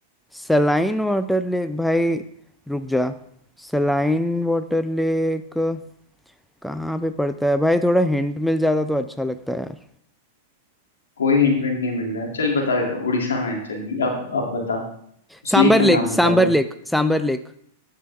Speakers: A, in the centre; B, on the left.
A: Saline water lake भाई रुक जा सलाइन वाटर लेक कहाँ पे पड़ता है भाई थोड़ा हिंट मिल जाता तो अच्छा लगता है यार
B: कोई हिंट विंट नहीं मिल रहा है चल बता देता हूँ उड़ीसा में है चलिए अब अब बता उस
A: Sambhar
B: लेक का
A: lake
B: नाम
A: Sambhar
B: बता दे
A: lake Sambhar lake